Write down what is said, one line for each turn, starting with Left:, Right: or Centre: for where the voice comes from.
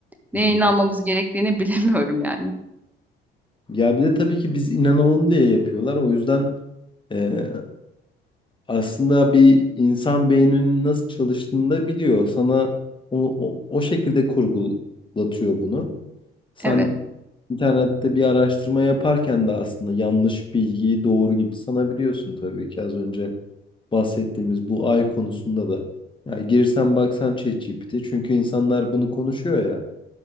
Centre: Neye
Left: hı hı.
Centre: inanmamız gerektiğini <laughs> bilemiyorum yani.
Left: Ya bir de tabii ki biz inanalım diye yapıyorlar. O yüzden e, aslında bir insan beyninin nasıl çalıştığını da biliyor. Sana o, o, o şekilde kurgulatıyor bunu. Sen
Centre: Evet,
Left: internette bir araştırma yaparken de aslında yanlış bilgiyi doğru gibi sanabiliyorsun tabii ki az önce bahsettiğimiz bu ay konusunda da. Yani girsen baksan ChatGPT çünkü insanlar bunu konuşuyor ya.